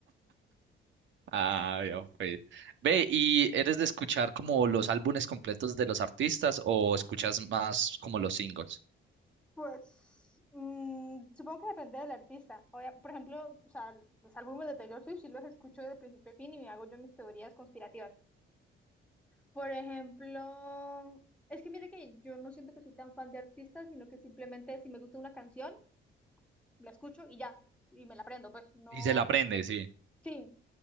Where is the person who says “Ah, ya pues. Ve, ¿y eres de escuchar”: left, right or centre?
Right